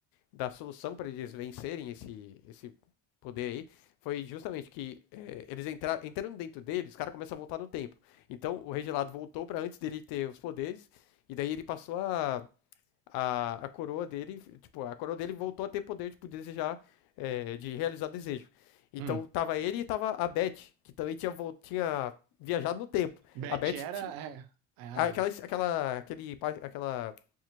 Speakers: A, on the left (about 80°); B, on the right (about 75°).
A: da solução para eles vencerem esse, esse poder aí foi justamente que é, eles entraram, entrando dentro dele, os caras começam a voltar no tempo. Então o Rei Gelado voltou para antes dele ter os poderes. E daí ele passou a a, a coroa dele, tipo, a coroa dele voltou a ter poder tipo, de desejar, é, de realizar desejo. Então
B: hum.
A: tava ele e tava a Beth, que também tinha, vol- tinha viajado no tempo.
B: Beth
A: A Beth
B: era...
A: tinha
B: é, é, ah,
A: aquela, aquela, aquele, par- aquela